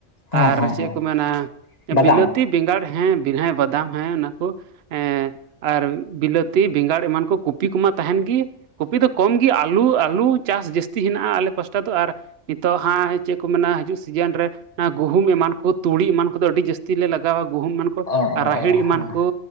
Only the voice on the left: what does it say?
ᱦᱮᱸ
ᱦᱮᱸ
ᱦᱮᱸ
ᱵᱟᱫᱟᱢ
ᱚ
ᱚ
ᱚ
ᱦᱮᱸ